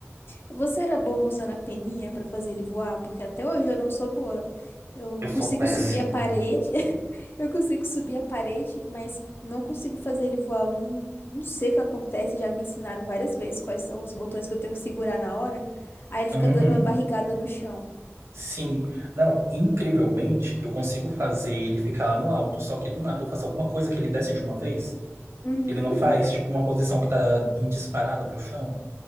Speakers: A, on the left; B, on the right.
A: Você era bom usando a peninha pra fazer ele voar? Porque até hoje eu não sou boa. Eu
B: Eu sou
A: consigo
B: péssimo.
A: subir a parede, <laughs> eu consigo subir a parede, mas não consigo fazer ele voar. Eu não, não sei o que acontece. Já me ensinaram várias vezes quais são os botões que eu tenho que segurar na hora. Aí ele fica
B: Uhum.
A: dando uma barrigada no chão.
B: Sim. Não, incrivelmente, eu consigo fazer ele ficar lá no alto, só que do nada eu faço alguma coisa que ele desce de uma vez,
A: Uhum.
B: que ele não faz, tipo uma posição que tá em disparada pro chão.